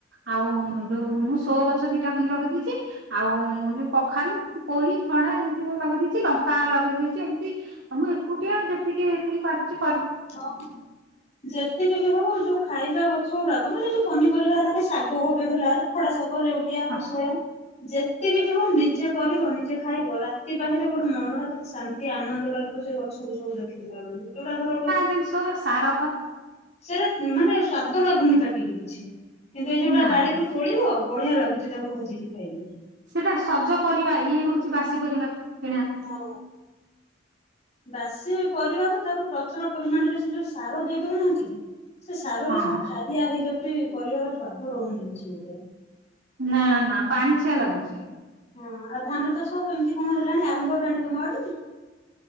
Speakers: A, on the right; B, on the left.
A: ଆଉ ଯୋଉ ମୁଁ ସୋ ଗଛ ଦିଟା ପାଇଁ ଲଗେଇ ଦେଇଛି। ଆଉ ଯୋଉ କଖାରୁ ପୋଇ ଫଣା ଏମିତି ଲଗେଇ ଦେଇଛି ଲଙ୍କା ଲଗେଇ ଦେଇଛି। ଏମିତି ମୁଁ ଏକୁଟିଆ ଯେତିକି। ସୋରୁଛି।
B: ହଁ ଯେତିକି ବି ହଉ ଯୋଉ ଖାଇବା କଥା। ସବଗୁଡାକ ମାନେ ଯୋଉ ପନିରିବା ହେଲା କି ଶାଗ ଗୋଟେ ହେଲା ଖଡା ଶାଗ ଲେଉଟିଆ
A: ହଁ
B: କୁଶଳ ଯେ ଏତିକି ବି ହଉ ନିଜେ କରିବ ନିଜେ ଖାଇବ ରାତି ପାହିଲଲେ ଗୋଟେ ମନ ଟା କେତେ ଶାନ୍ତି ଆନନ୍ଦ ଲାଗିବ ସେ ଗଛ ଗୁଛକୁୁ ଦେଖି ଥିଲାଳେ ମୁଁ ଯଉଟାର
A: ଦିନିଷ ର ସାରା ପ
B: ସେଇଟା ମାନେ ସ୍ଵାଦ ଲାଗୁନି ପାଟିକି କିଛି କିନ୍ତୁ ଏଇ ଯୋଉଟା
A: ନା
B: ବାଡି ରରୁ
A: ସେ-
B: ତୋଳିବ ବଢିଆ ଲାଗୁଛି। ତାକୁ ଭାଜିକି ଖାଇଲେ।
A: ସେଇଟା ସଜ ପରିବା ଇଏ ହଉଚି ବାସି ପରିବା। କିଣା
B: ହଁ। ବାସି ପରିବାକୁ ତାକୁ ପ୍ରଚୁର ପରିମାଣରେ ସେ ଯୋଉ ସାର ଦେଇ ଦଉନାହାନ୍ତି କି? ସେ ସାରରେ
A: ହଁ
B: ସବୁ ଖାଲିଆ ହେଇଯାଉଚି। ସେ ପରିବାର ସ୍ଵାଦ ରହୁନି କିଛି ଗୋଟେ
A: ନା ନା ପାଣି ଚିଆ ଲାଗୁଚି।
B: ହଁ ଆଉ ଧାନ ଚାଷ କେମିତି କଣ ହେଲାଣି, ଆରମ୍ଭ ହେଲାଣି ତମ ଆଡେ?